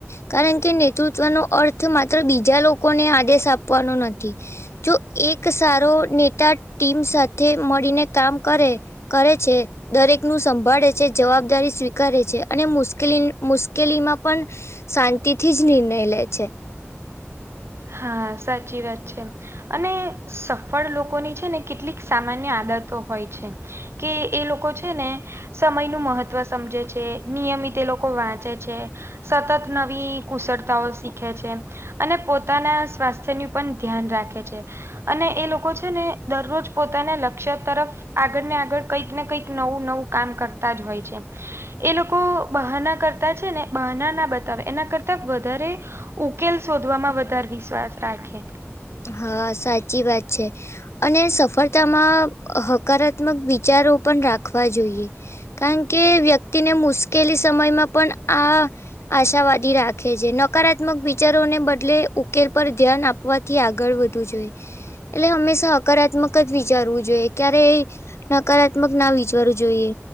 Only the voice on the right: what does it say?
હા સાચી વાત છે. અને સફળ લોકોની છે ને કેટલીક સામાન્ય આદતો હોય છે કે એ લોકો છે ને સમય નું મહત્વ સમજે છે નિયમિત એ લોકો વાંચે છે. સતત નવી કુશળતાઓ શીખે છે અને પોતાના સ્વાસ્થ્યની પણ ધ્યાન રાખે છે અને એ લોકો છે ને દરરોજ પોતાના લક્ષ્ય તરફ આગળ ને આગળ કંઈક ને કંઈક નવું નવું કામ કરતા જ હોય છે. એ લોકો બહાના કરતા છે ને બહાના ના બતાવે એના કરતા વધારે ઉકેલ શોધવામાં વધારે વિશ્વાસ રાખે